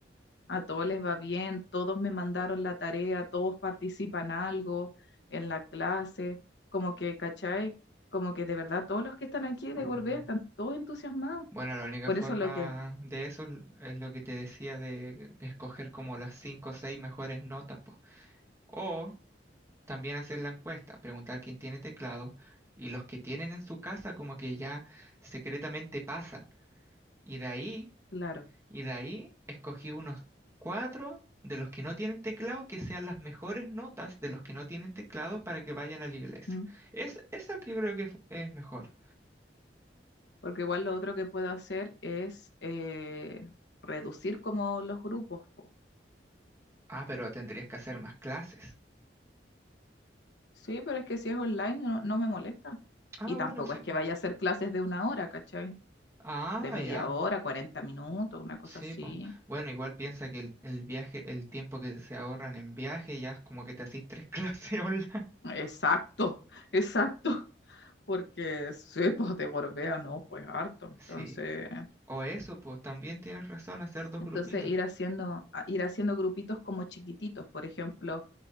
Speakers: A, on the left (about 70°); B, on the right (about 15°).
A: a todos les va bien, todos me mandaron la tarea, todos participan algo en la clase, como que, ¿cachai? Como que de verdad todos los que están aquí de
B: Mm.
A: Gorbea están todos entusiasmados.
B: Bueno, la única
A: Por
B: forma
A: eso lo que,
B: de eso l- es lo que te decía de escoger como las cinco o seis mejores notas, po. O también hacer la encuesta, preguntar quién tiene teclado y los que tienen en su casa como que ya secretamente pasan. Y de ahí,
A: claro,
B: y de ahí escogí unos cuatro de los que no tienen teclado que sean las mejores notas de los que no tienen teclado para que vayan a la iglesia.
A: ¿m?
B: Es eso que creo que es es mejor.
A: porque igual lo otro que puedo hacer es eh, reducir como los grupos, po.
B: Ah, pero tendrías que hacer más clases.
A: Sí, pero es que si es online no, no me molesta.
B: Ah,
A: Y
B: bueno,
A: tampoco
B: sí,
A: es
B: pues.
A: que vaya a hacer clases de una hora, ¿cachai?
B: Ah,
A: De media
B: ya.
A: hora, 40 minutos, una cosa
B: Sí,
A: así.
B: pues. Bueno, igual piensa que el, el viaje, el tiempo que se ahorran en viaje, ya es como que te hacís tres <laughs> clases online.
A: Exacto, <laughs> exacto. porque sí, pues de Gorbea no, pues harto. Entonces,
B: Sí. O eso, pues también tienes razón, hacer dos
A: entonces
B: grupitos.
A: ir haciendo, a- ir haciendo grupitos como chiquititos, por ejemplo,